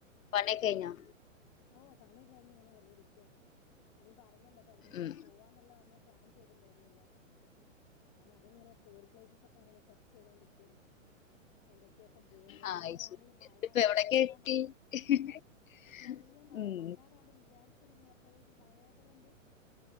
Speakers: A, on the left; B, on the left.
A: പണിഒക്കെ കയ്ഞ്ഞോ?
B: ഓ പണി കഴിഞ്ഞ്ങ്ങനെ വെർതെ ഇരിക്കാണ് നീ പറഞ്ഞല്ലോ ഇപ്പ എവിടെങ്കിലുക്കെ
A: ഉം
B: പോവാ ന്ന്ള്ള നമ്മൾ പ്ലാൻ ചെയ്തിണ്ടാര്ന്നല്ലോ ഫ്രണ്ട്സ് അപ്പോം. ഞാന ത്ങ്ങനെ ടൂർ പ്ലൈസസൊക്കെ ങ്ങനെ സെർച്ച്‌ ചെയ്തോണ്ട് ക്കേർന്നു എവിടക്കെപ്പം പോവാന്ന്
A: ആഹ്
B: പിന്നെയാണ്
A: അയ്ശരി
B: ഈ മഴ
A: ഇപ്പൊ
B: നല്ല
A: എവിടൊക്കെ
B: മഴ
A: <unintelligible>
B: നല്ല മഴ
A: ഉം
B: വയനാടാണ് വിചാരിച്ചിരുന്നത് അപ്പോഴേക്ക മഴയതുകൊണ്ട്